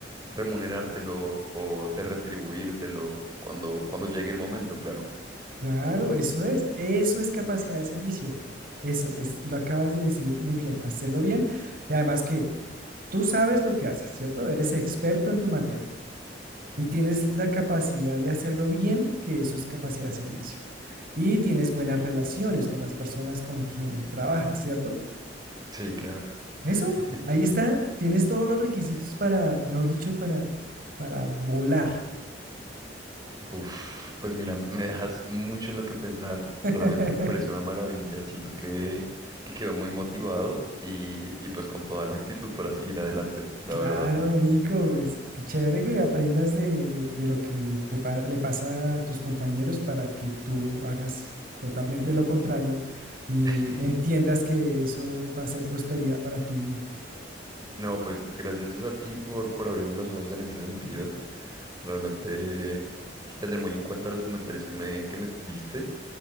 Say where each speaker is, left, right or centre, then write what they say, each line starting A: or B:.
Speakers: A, on the right (about 20°); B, on the right (about 50°).
A: remunerártelo o de retribuírtelo cuando, cuando llegue el momento, claro.
B: claro, eso es, eso es capacidad de servicio. Eso es, lo acabas de decir muy bien, hacerlo bien y además que tú sabes lo que haces, ¿cierto? Eres experto en tu materia y tienes la capacidad de hacerlo bien, que eso es capacidad de servicio. Y tienes buenas relaciones con las personas con quien trabajas, ¿cierto?
A: Sí, claro. <laughs>
B: Eso, ahí está. Tienes todos los requisitos para, mejor dicho, para, para volar.
A: Uf, pues mira, me dejas mucho en lo que pensar.
B: <laughs>
A: Realmente me parece una maravilla. Siento que, que quedó muy motivado y, y pues con toda la actitud para seguir adelante, la
B: Claro,
A: verdad.
B: Nico, pues, qué chévere que aprendas de, de- de lo que te pa- le pasa a tus compañeros para que tú hagas totalmente lo contrario y
A: <laughs>
B: entiendas que eso va a ser prosperidad para tu vida.
A: No, pues gracias es a ti por, por abrirme los ojos en ese sentido. Realmente tendré muy en cuenta los comentarios que me, que me diste